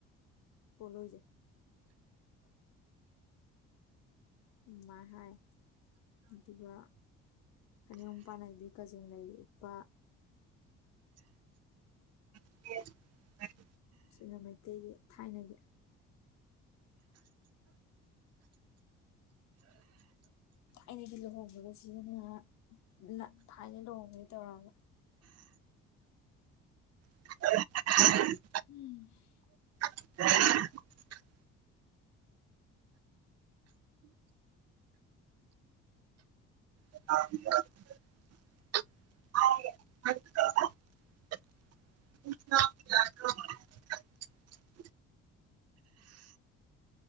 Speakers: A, on the left; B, on the right.
A: ꯄꯣꯂꯣꯏꯖꯦ ꯑꯗꯨꯃꯥꯢ ꯍꯥꯏ ꯑꯗꯨꯒ ꯐꯅꯦꯛ ꯃꯄꯥꯟ ꯅꯥꯢꯕꯤ ꯀꯖꯦꯡꯂꯩ ꯎꯞꯄ
B: <inaudible>
A: ꯁꯤꯅ ꯃꯩꯇꯩꯒꯤ ꯊꯥꯏꯅꯒꯤ ꯊꯥꯏꯅꯒꯤ ꯂꯨꯍꯣꯡꯕꯗ ꯁꯤꯖꯤꯟꯅꯍꯥ ꯅꯥ ꯊꯥꯏꯅ ꯂꯨꯍꯣꯡꯕꯒꯤ ꯇꯧꯔꯒ
B: <inaudible>
A: <unintelligible>
B: <inaudible> <inaudible> <inaudible> <inaudible>